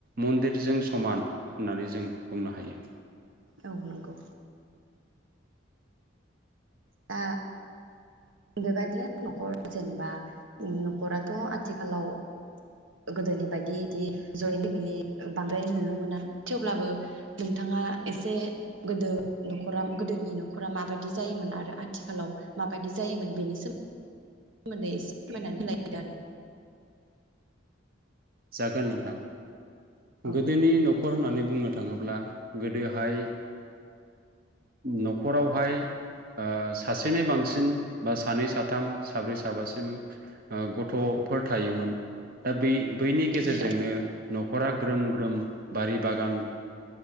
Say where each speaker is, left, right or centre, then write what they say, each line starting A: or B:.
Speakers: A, on the right; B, on the right.
A: मन्दिरजों समान होननानै जों बुंनो हायो।
B: औ नंगौ आ बेबायदिनो न'खर जेनेबा न'खराथ' आथिखालाव गोदोनि बायदि बिदि जयन्ट फेमिलि बांद्राय नुनो मोना थेवब्लाबो नोंथाङा एसे गोदो नखरा गोदोनि न'खरा माबायदि जायोमोन आरो आथिखालाव माबायदि जायोमोन बेनि सोमोन्दै सोमोन्दै एसे फोरमायनानै होलायदों आरो
A: जागोन नोंथां।
B: औ
A: गोदोनि न'खर होननानै बुंनो थाङोब्ला गोदोहाय न'खरावहाय ओ सासेनि बांसिन बा सानै साथाम साब्रै साबासिम गथ'फोर थायोमोन दा बे बैनि गेजेरजोंनो
B: नंगौ
A: न'खरा ग्रोम ग्रोम बारि बागान